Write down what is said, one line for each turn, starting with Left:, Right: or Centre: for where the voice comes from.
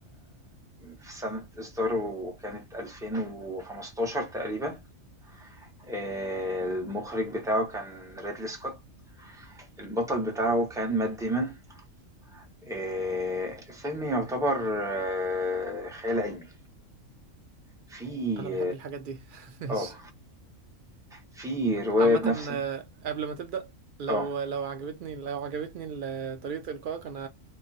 Centre: في سَنة إصداره كانت 2015 تقريبًا، آآ المُخرِج بتاعه كان Ridley Scott، البطل بتاعه كان Matt Damon. آآ الفيلم يُعتبر آه، خيال علمي، في
Right: انا بحب الحاجات دي <laughs> ماشي
Centre: آه، آه، في رواية
Right: عامة
Centre: بنفس
Right: آه، قبل ما تبدأ لو
Centre: آه.
Right: لو عجبتني لو عجبتني ال- طريقة إلقائك انا